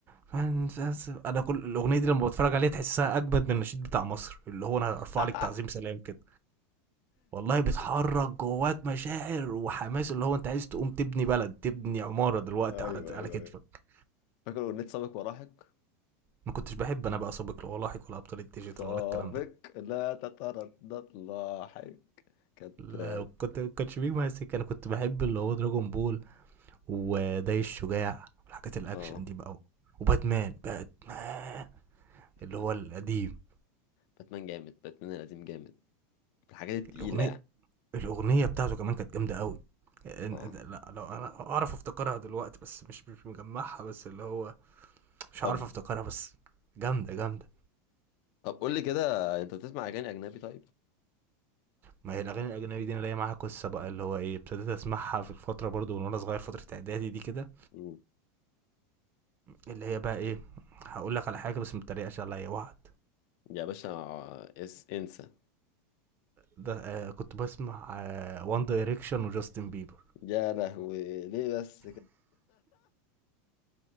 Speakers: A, on the right; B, on the left.
A: فانساس- انا كل الاغنيه دي لما بتفرج عليها تحسها اجمد من النشيد بتاع مصر اللي هو انا هرفع
B: <laughs>
A: لك تعظيم سلام كده والله بتحرك جواك مشاعر وحماس اللي هو انت عايز تقوم تبني بلد تبني عماره دلوقتي
B: ايوه
A: على على
B: ايوه
A: كتفك
B: ايوه فاكر اغنيه سابق ولاحق
A: ما كنتش بحب انا بقى سابق ولا لاحق ولا ابطال الديجيتال
B: سابق
A: ولا الكلام ده
B: لا تتردد لاحق كانت
A: لا كنت ما كانش بيجي معايا سكه انا كنت بحب اللي هو دراجون بول وداي الشجاع والحاجات الاكشن
B: اه
A: دي بقى وباتمان باتمان
B: باتمان
A: اللي هو القديم
B: باتمان جامد باتمان القديم جامد من الحاجات التقيله
A: الاغنيه
B: يعني
A: الاغنيه بتاعته كمان كانت جامده قوي لا
B: اه
A: لو انا اعرف افتكرها دلوقتي بس مش مش مجمعها بس اللي هو مش
B: طب
A: عارف افتكرها بس جامده جامده
B: طب قول لي كده انت بتسمع اغاني اجنبي طيب
A: ما هي الاغاني الاجنبي دي انا ليا معاها قصه بقى اللي هو ايه ابتديت اسمعها في الفتره برضو من وانا صغير فتره اعدادي دي كده
B: مم.
A: اللي هي بقى ايه هقول لك على حاجه بس ما تتريقش عليا وعد
B: يا باشا آه، اس انسى
A: ده آه كنت بسمع آه وان دايركشن وجاستن بيبر
B: يا لهوي ليه بس